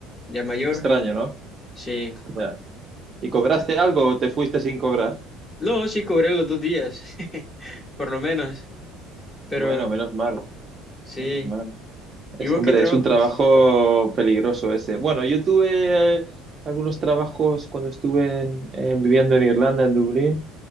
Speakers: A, on the left; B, on the right.
A: ya mayor.
B: Extraño, ¿no?
A: Sí.
B: Ya. ¿Y cobraste algo o te fuiste sin cobrar?
A: No, sí, cobré los dos días, <laughs> por lo menos, pero
B: Bueno, menos mal,
A: sí.
B: menos mal.
A: ¿Y
B: Es-
A: vos
B: hombre,
A: qué trabajos?
B: es un trabajo peligroso ese. Bueno, yo tuve eh, algunos trabajos cuando estuve en- en- viviendo en Irlanda, en Dublín,